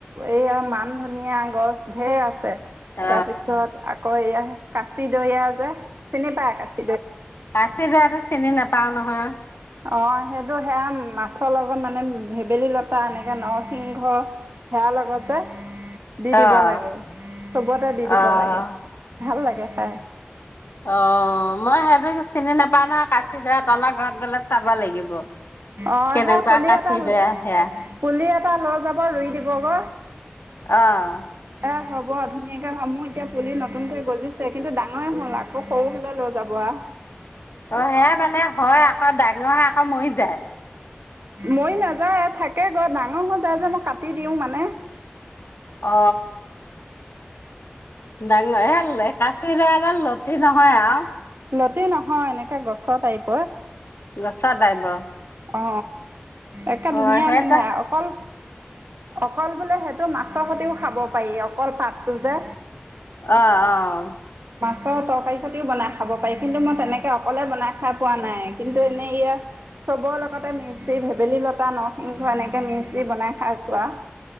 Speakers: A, on the right; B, on the left.
A: এইয়া মান ধনিয়া গছ ঢেৰ আছে।
B: অ
A: তাৰপিছত আকৌ এয়া কাচি দইয়া আ যে চীনি পাই কাঁচি?
B: কাচি দয়াটো চিনি নোপাও ন। হা
A: অ সেইটো সেয়া মাছৰ লগত মানে ভেবেলী লতা এনেকে নৰসিংহ সেয়া লগতে দি
B: অ',
A: দিব লাগে চবতে দি দিব
B: অ'।
A: লাগে ভাল লাগে। হয়।
B: অ মই সেইটো চিনি নোপাওঁ নহয় কাচিডৰা তহঁত ঘৰত গলে চাব লাগিব।
A: অ
B: কেনেকুৱা
A: সে পুলি
B: কাচি
A: এটা
B: দৰা সেয়া
A: পুলি এটা লৈ যাব ৰুই দিব গ
B: অ'।
A: এ হব। হব ধুনীয়াকে সমূহ এতিয়া পুলি নতুনকৈ গজিছে কিন্তু ডাঙৰে হল আকৌ সৰু হলে লৈ যাব আও।
B: অ সেয়া মানে হয় আকৌ ডাঙৰ হয়ে আকৌ মৰি যায়।
A: মৰি নাযায় থাকে গৈ ডাঙৰ হৈ যায় যে মই কাটি দিওঁ মানে।
B: অ ডাঙৰ কাচি দয়া ডাল লতি নহয় আৰু।
A: লতি নহয় এনেকে গছৰ টাইপৰ।
B: গছ ডাইব।
A: অ একে
B: অ',
A: ধুনীয়া
B: সেইটা
A: গোন্ধাই অকল। অকল বোলে সেইটো মাছৰ সৈতেও খাব পাৰি অকল পাতটো যে।
B: অ অ।
A: আকৌ তৰকাৰী খতিও বনাই খাব পাৰি কিন্তু মই তেনেকে অকলে বনাই খাই পোৱা নাই কিন্তু এনেই ইয়াৰ। চবৰ লগতে মিসি ভেবেলী লতা নৰসিংহ এনেকে মিচি বনাই খাইছোৱা আৰু